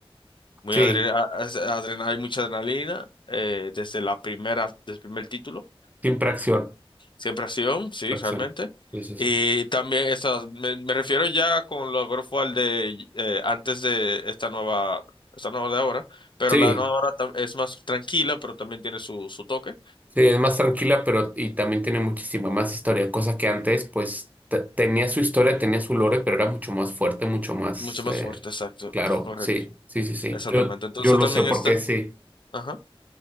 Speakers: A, on the left; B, on the right.
A: Muy
B: Sí,
A: adre- a- a- adrena- hay mucha adrenalina eh, desde la primera, desde el primer título.
B: siempre acción,
A: Siempre acción, sí,
B: acción.
A: realmente.
B: Sí, sí,
A: Y
B: sí.
A: también esas, me, me refiero ya con los God of War de eh, antes de esta nueva, esta nueva de ahora, pero
B: Sí,
A: la nueva ahora tam- es más tranquila, pero también tiene su, su toque,
B: Sí, es más tranquila, pero y también tiene muchísima más historia, cosa que antes, pues, te- tenía su historia, tenía su lore, pero era mucho más fuerte, mucho más,
A: mucho más
B: eh,
A: fuerte, exacto,
B: claro,
A: correcto.
B: sí, sí, sí, sí.
A: Exactamente.
B: Yo,
A: Entonces
B: yo lo
A: también
B: sé porque
A: está,
B: sí,
A: ajá,